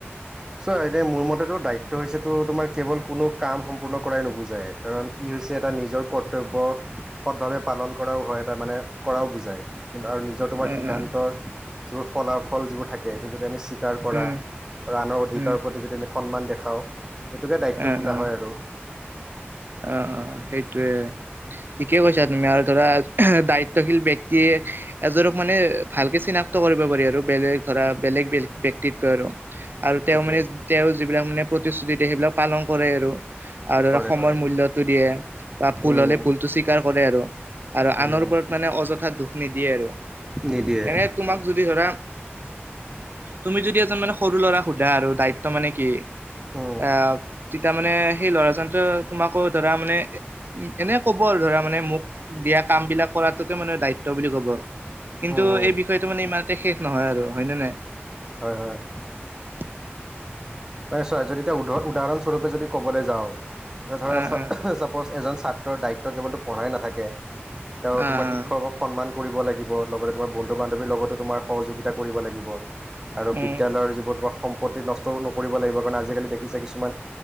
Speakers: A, on the right (about 15°); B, on the right (about 55°).
A: চোৱা এয়া মোৰ মতেতো দায়িত্ব হৈছে তো তোমাৰ কেৱল কোনো কাম সম্পূৰ্ণ কৰাই নুবুজাই। কাৰণ ই এটা নিজৰ কৰ্তব্য সৎভাৱে পালন কৰাও হয় এটা মানে কৰাও বুজায়। কিন্তু আৰু নিজৰ তোমাৰ
B: উম
A: সিদ্ধান্তৰ যিবোৰ ফলাফল যিবোৰ থাকে সেইটো যদি আমি অধিকাৰ কৰা
B: উম
A: আৰু আনৰ অধিকাৰৰ
B: উম উম
A: প্ৰতি যদি আমি সন্মান দেখাওঁ। সেইটোকে দায়িত্ব
B: অ
A: বোলা
B: অ
A: হয় আৰু।
B: অ, অ সেইটোয়ে ঠিকেই কৈছা তুমি আৰু ধৰা দায়িত্বশীল ব্যক্তিয়ে এজনক মানে ভালকে চিনাক্ত কৰিব পাৰি আৰু বেলেগ ধৰা বেলেগ বেলেগ ব্য়ক্তিতকৈ আৰু। আৰু তেওঁ
A: ঠিকে
B: মানে তেওঁ যিবিলাক মানে প্ৰতিশ্ৰুতি দিয়ে সেইবিলাক পালন কৰে আৰু আৰু।
A: কৰে
B: সময়ৰ
A: কৰে
B: মূল্যটো দিয়ে বা ভুল
A: উম।
B: হ'লে ভুলতটো স্বীকাৰ কৰে আৰু আৰু
A: উম,
B: আনৰ ওপৰত মানে অযথা দুখ নিদিয়ে আৰু
A: নিদিয়ে।
B: এনে তোমাক যদি ধৰা তুমি যদি এজন মানে সৰু ল'ৰাক সোধা আৰু দায়িত্ব মানে কি?
A: উম,
B: আহ, তেতিয়া মানে সেই ল'ৰাজনতো তোমাকো ধৰা মানে এনে ক'ব আৰু ধৰা মানে মোক দিয়া কাম বিলাক কৰাতোকে মানে দায়িত্ব। বুলি কব কিন্তু
A: হুম, হুম,
B: এই বিষয়টো মানে ইমানতে শেষ নহয় আৰু হয় ন নাই।
A: হয়, হয়।
B: <inaudible>
A: নাই ছোৱা যদি এতিয়া উদাহৰণস্বৰূপে যদি কবলৈ যাওঁ ধৰা
B: অ অ
A: চাপজ এজন ছাত্ৰৰ দায়িত্ব কেৱলতো পঢ়াই নাথাকে। তেওঁ
B: অ
A: তোমাৰ শিক্ষকক
B: অ
A: সন্মান কৰিব লাগিব লগতে তোমাৰ বন্ধু বান্ধৱীৰ লগতো তোমাৰ সহযোগিতা কৰিব লাগিব আৰু
B: উম
A: বিদ্যালয়ৰ যিবোৰ তোমাৰ সম্পত্তি নষ্ট ন কৰিব লাগিব কাৰণ আজি কালি দেখিছা কিছুমান